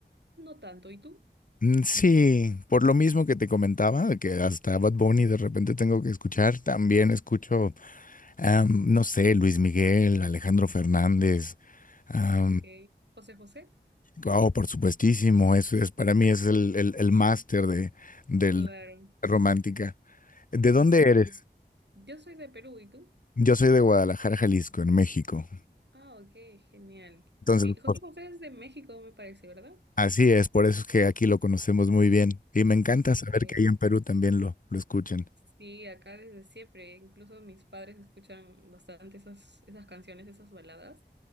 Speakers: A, on the right; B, on the left.
A: no tanto, ¿y tú?
B: Mm, Sí, por lo mismo que te comentaba, de que hasta Bad Bunny de repente tengo que escuchar, también escucho, am, no sé, Luis Miguel, Alejandro Fernández, am,
A: Ok, José José.
B: oh, por supuestísimo, eso es, para mí es el, el, el máster de, del
A: Claro,
B: romántica. ¿De dónde
A: sí.
B: eres?
A: Yo soy de Perú, ¿y tú?
B: Yo soy de Guadalajara, Jalisco, en México.
A: Ah, ok, genial.
B: Entonces,
A: Sí, José
B: por-
A: José es de México, me parece, ¿verdad?
B: así es, por eso es que aquí lo conocemos muy bien. Y me encanta
A: Ok.
B: saber que ahí en Perú también lo, lo escuchan.
A: Sí, acá desde siempre, incluso mis padres escuchan bastante esas, esas canciones, esas baladas.